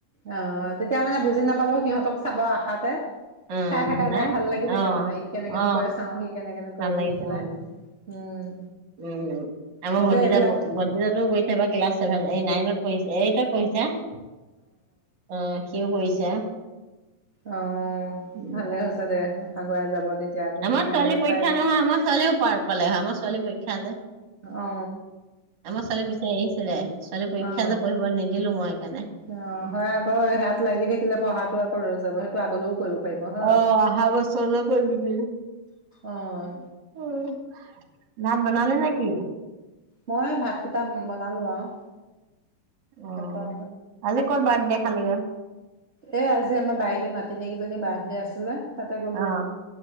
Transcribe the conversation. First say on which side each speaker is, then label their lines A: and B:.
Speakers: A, on the right (about 30°); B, on the right (about 55°).
A: অ' তেতিয়া মানে বুজি নাপালো সিহঁতক চাব আশাতে
B: উম
A: চাই থকা
B: নাই
A: যাই ভাল লাগি থাকে
B: অ
A: মানে ই কেনেকৈ
B: অ
A: নো কয় চাও, সি কেনেকৈ নো
B: ভাল
A: কৰে
B: লাগিছে
A: বুলি পেলাই।
B: উম
A: উম'।
B: উম' আমাৰ
A: সেইটোৱে
B: ভতিজা,
A: এইবিলাক
B: ভতিজাতটো কৰিছে এইবাৰ ক্লাছ ছেভেন এই নাইনত। পইচা এই ত পইচা। অ' সিও কৰিছে।
A: অ'
B: উম,
A: ভালে হৈছে দে। আগুৱাই যাব তেতিয়া
B: আমাৰ
A: নাইনত
B: ছোৱালী পৰীক্ষা
A: পাই
B: নহয়, আমাৰ ছোৱালীও পাৰ পালে হয়। ছোৱালী পৰীক্ষা যে
A: অ
B: আমাৰ ছোৱালী বিচাৰি আহিছিলে। ছোৱালী পৰীক্ষা
A: অ
B: যে পঢ়িব নিদিলো মই সেইকাৰণে।
A: অ' হয় আকৌ ইয়াত লাগি থাকিলে পঢ়াটো আকৌ ৰৈ যাব। এইটো আগলৈও কৰিব। পাৰিব হয়।
B: অ' অহা বছৰলৈ কৰিবি বুলি
A: অ'
B: <inaudible> নান বনালে নে কি?
A: মই ভাতকেইটা বনালো আৰু
B: অ'
A: তাৰপৰা
B: আজি ক'ত বাৰ্থডে খালিগে।
A: এ আজি আমাৰ বাইদেউ নাতিনীয়েক এজনী বাৰ্থডে আছিলে তাতে গ'লো
B: অ',